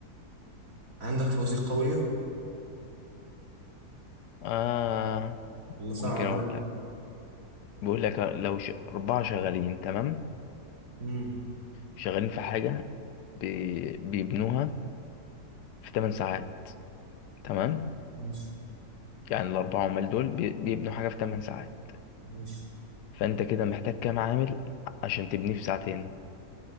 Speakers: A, on the right; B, on the left.
A: عندك فوازير قويه
B: آه
A: ولا صعب
B: ممكن أقول
A: انا
B: بيقول لك لو ش... أربعة شغالين تمام
A: امم
B: شغالين في حاجة بي... بيبنوها في 8 ساعات تمام
A: ماشي
B: يعني الأربعة عمال دول بي... بيبنوا حاجة في 8 ساعات
A: ماشي
B: فأنت كده محتاج كام عامل عشان تبنيه في ساعتين